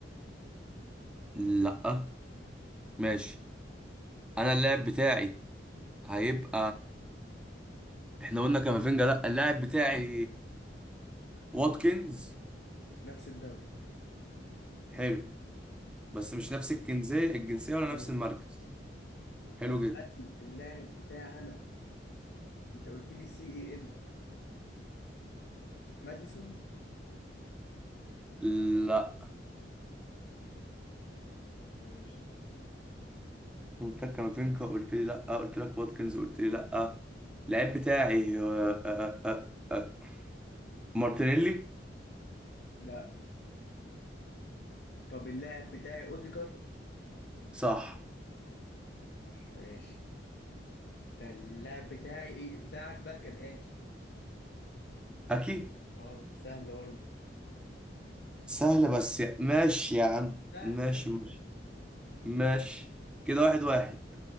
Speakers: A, in the centre; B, on the left.
A: لا ماشي انا اللاعب بتاعي هيبقى احنا قلنا كامافينجا لا اللاعب بتاعي واتكنز
B: نفس الدوري
A: حلو بس مش نفس الجنسيه الجنسيه ولا
B: اه
A: نفس المركز حلو
B: طب
A: جدا
B: هل اللاعب بتاعنا انت قلت لي سي اي ام ماديسون
A: لا
B: ماشي
A: قلت لك كامافينجا قلت لي لا قلت لك واتكنز قلت لي لا اللاعب بتاعي آه آه آه آه مارتينيلي
B: لا طب اللاعب بتاعي اوديجارد
A: صح
B: صح ماشي ده اللاعب بتاعي ايه بتاعك بقى كان اكي
A: اكيد
B: اه سهل برضه
A: سهلة بس يا- ماشي يا عم
B: سهل
A: ماشي
B: سهل
A: ماشي
B: ده
A: ماشي كده واحد واحد